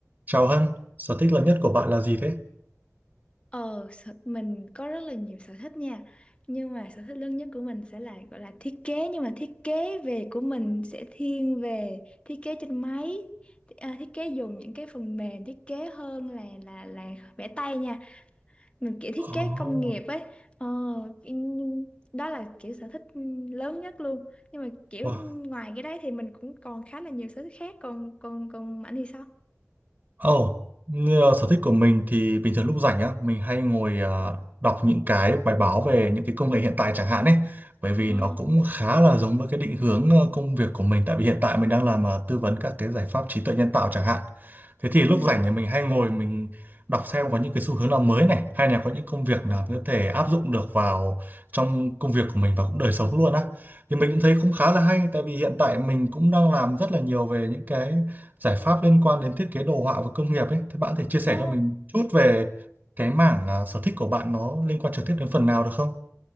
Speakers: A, on the right; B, on the left.
A: Chào Hân, sở thích lớn nhất của bạn là gì thế?
B: Ờ, sở, mình có rất là nhiều sở thích nha Nhưng mà sở thích lớn nhất của mình sẽ là gọi là thiết kế Nhưng mà thiết kế về của mình sẽ thiên về thiết kế trên máy Th- à, Thiết kế dùng những cái phần mềm thiết kế hơn là là là vẽ tay nha Mình kiểu thiết
A: Oh,
B: kế công nghiệp ấy Ờ, in- đó là kiểu sở thích lớn nhất luôn Nhưng mà kiểu
A: wow.
B: ngoài cái đấy thì mình cũng còn khá là nhiều sở thích khác Còn còn còn Mạnh thì sao?
A: Ồ, như là sở thích của mình thì bình thường lúc rảnh á, mình hay ngồi à, đọc những cái bài báo về những cái công nghệ hiện tại chẳng hạn ấy. Bởi vì
B: Ờ,
A: nó cũng khá là giống với cái định hướng ờ, công việc của mình tại vì hiện tại mình đang làm à, tư vấn các cái giải pháp trí tuệ nhân tạo chẳng hạn. Thế thì lúc
B: ừ
A: rảnh thì mình hay ngồi mình đọc xem có những cái xu hướng nào mới này hay là có những công việc
B: Ờ,
A: nào có thể áp dụng được vào trong công việc của mình và cũng đời sống luôn á. Thì mình cũng thấy cũng khá là hay tại vì hiện tại mình cũng đang làm rất là nhiều về những cái giải pháp liên quan đến thiết kế đồ họa và công nghiệp ấy thì bạn có thể chia sẻ
B: ồ
A: cho mình chút về cái mảng à, sở thích của bạn nó liên quan trực tiếp đến phần nào được không?